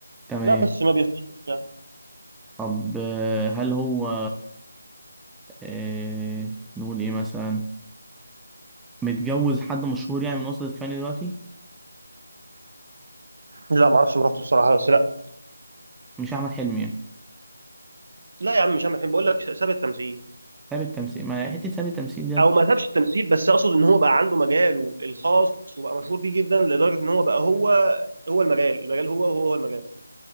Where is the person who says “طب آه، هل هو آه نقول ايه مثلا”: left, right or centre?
Centre